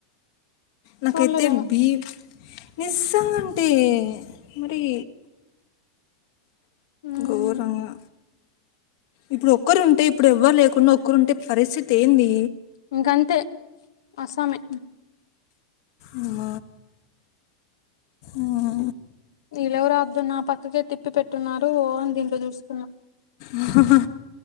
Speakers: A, on the left (about 65°); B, on the left (about 85°).
A: నాకైతే
B: చూడలేదేమో
A: బీ నిజంగా అంటే ఎ మరీ
B: ఉమ్
A: ఘోరంగా ఇప్పుడు ఒక్కరుంటే ఇప్పుడు ఎవ్వరు లేకుండా ఒక్కరుంటే పరిస్థితి ఏంది
B: ఇంక అంతే అస్సామే
A: అమ్మ ఆ
B: ఈలెవరాబ్బ నా పక్కకే తిప్పి పెట్టున్నారు ఓ అని దీంట్లో జూసుకున్నా
A: హహహ